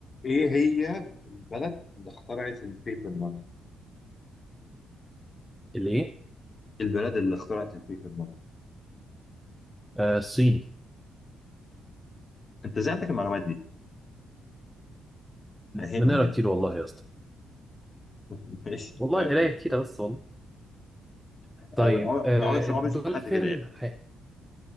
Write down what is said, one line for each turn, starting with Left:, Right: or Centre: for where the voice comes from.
Left: ايه هي البلد اللي اخترعت البيبر ماني
Centre: الايه؟
Left: البلد اللي اخترعت البيبر ماني
Centre: آه الصين
Left: انت ازاي عندك المعلومات دي فهمني
Centre: بنقرا
Left: كده
Centre: كتير والله يا اسطى
Left: <laughs> ماشي
Centre: والله
Left: طيب.
Centre: قرايه كتيره بس والله
Left: انا
Centre: طيب
Left: عمري
Centre: آه
Left: عمري عمري
Centre: الدولفين
Left: شفت حد كده يعني
Centre: ح-